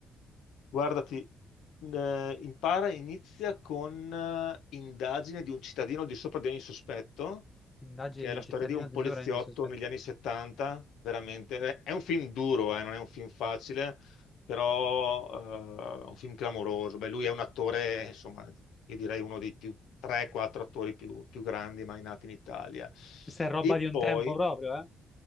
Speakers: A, on the left; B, on the left.
A: Guardati, eh, impara, inizia con eh, indagine di un cittadino al di sopra di ogni sospetto,
B: indagini
A: che
B: di
A: è la
B: un cittadino
A: storia di un
B: di
A: poliziotto
B: sopra di un sospetto.
A: negli anni 70, veramente. È è un film duro, eh, non è un film facile, però eh, è un film clamoroso. Beh, lui è un attore, insomma, io direi uno dei più 3-4 attori più, più grandi mai nati in Italia.
B: Questa è roba
A: E
B: di un
A: poi,
B: tempo proprio, eh?